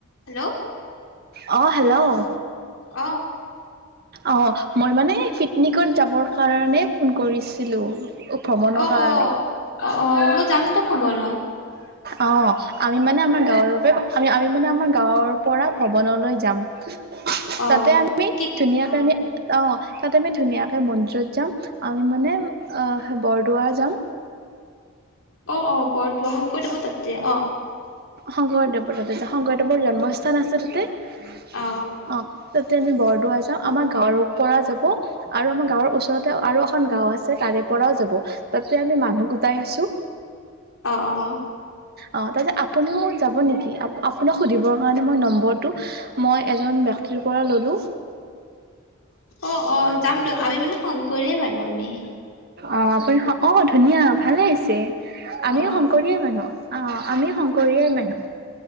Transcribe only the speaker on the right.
<inaudible> অ hello!
অ মই মানে পিকনিকত যাবৰ কাৰণে ফোন কৰিছিলো ভ্ৰমণৰ
কাৰণে
অ আমি মানে আমাৰ গাঁৱৰ পৰা আমি মানে আমাৰ গাঁৱৰ পৰা ভ্ৰমণলৈ যাম। <inaudible>
তাতে আমি
<unintelligible>
অ তাত আমি ধুনীয়াকে মন্দিৰত যাম আমি মানে অ বৰদোৱা যাম
শংকৰদেৱদা শংকৰদৱ <unintelligible> জন্মস্থান আছে অ তেতিয়া
আমি বৰদোৱা যাওঁ আমাৰ গাঁৱৰ পৰা যাব তাতে আৰু আমাৰ গাঁৱৰ ওচৰত আৰু এখন গাও আছে তাৰে পৰাও যাব তাতে আমি মানুহ গোটাই আছো।
অ তাৰপছত আপুনিও যাব নেকি আপোনাক সুধিব কাৰনে নম্বৰটো ময় এজন ব্যক্তিৰ পৰা ললো।
অ আপুনি অ ধুনীয়া ভালেছে আমিও
শংকৰীয়ে মানুহ অ আমি শংকৰীয়াই মানুহ।